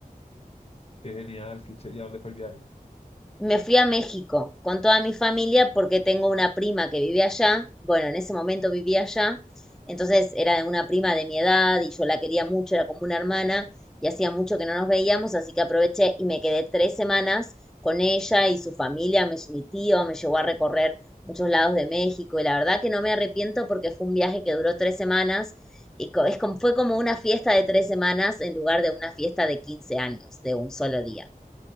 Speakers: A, on the left; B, in the centre.
A: Qué genial, qué chévere. ¿Y a dónde fue el viaje?
B: Me fui a México con toda mi familia porque tengo una prima que vive allá. Bueno, en ese momento vivía allá. Entonces era una prima de mi edad y yo la quería mucho, era como una hermana y hacía mucho que no nos veíamos, así que aproveché y me quedé tres semanas con ella y su familia. Me, mi tío me llevó a recorrer muchos lados de México y la verdad que no me arrepiento porque fue un viaje que duró tres semanas y co- es como, fue como una fiesta de tres semanas en lugar de una fiesta de 15 años, de un solo día.